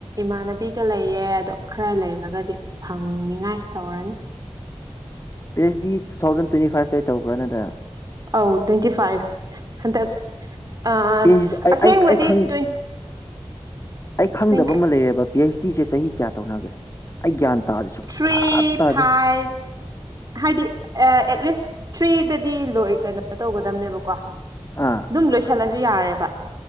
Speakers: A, on the right (about 35°); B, on the left (about 30°).
A: ꯏꯃꯥꯟꯅꯕꯤꯒ ꯂꯩꯌꯦ ꯑꯗꯣ ꯈꯔ ꯂꯩꯔꯒꯗꯤ ꯐꯪꯅꯤꯉꯥꯏ ꯇꯧꯔꯅꯤ
B: P H D two thousand twenty ꯐꯥꯏꯚꯇꯩ ꯇꯧꯕ꯭ꯔꯥ ꯅꯠꯇ꯭ꯔꯒ
A: ꯑꯧ ꯇ꯭ꯋꯦꯟꯇꯤ ꯐꯥꯏꯚ ꯍꯟꯗꯛ ꯑꯥ
B: ꯄꯤ ꯑꯩꯆ ꯑꯩ
A: ꯑꯁꯦꯡꯕꯗꯤ
B: ꯑꯩ ꯑꯩ ꯈꯪ
A: ꯇ꯭ꯋꯦꯟ
B: ꯑꯩ ꯈꯪꯗꯕ
A: ꯇ꯭ꯋꯦꯟ
B: ꯑꯃ ꯂꯩꯔꯦꯕ ꯄꯤ ꯑꯩꯆ ꯗꯤꯁꯦ ꯆꯍꯤ ꯀꯌꯥ ꯇꯧꯅꯒꯦ ꯑꯩ ꯒ꯭ꯌꯥꯟ ꯇꯥꯗꯦ ꯁꯨꯡꯇꯥ
A: ꯊ꯭ꯔꯤ
B: ꯇꯥꯗꯦ
A: ꯐꯥꯏꯚ ꯍꯥꯏꯗꯤ ꯑꯦ ꯑꯦꯠꯂꯤꯁ ꯊ꯭ꯔꯤꯗꯗꯤ ꯂꯣꯏ ꯀꯩꯅꯣ ꯇꯧꯒꯗꯝꯅꯦꯕꯀꯣ
B: ꯑꯥ
A: ꯗꯨꯝ ꯂꯣꯏꯁꯤꯜꯂꯖꯨ ꯌꯥꯔꯦꯕ